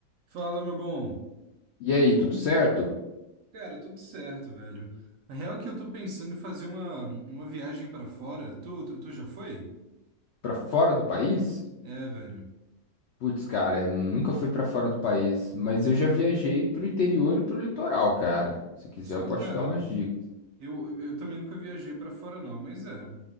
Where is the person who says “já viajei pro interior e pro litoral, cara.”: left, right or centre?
Left